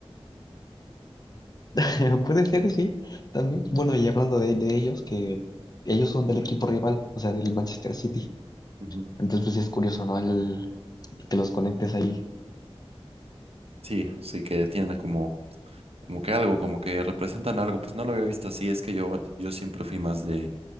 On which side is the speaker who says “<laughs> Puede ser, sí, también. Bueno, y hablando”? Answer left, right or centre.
Left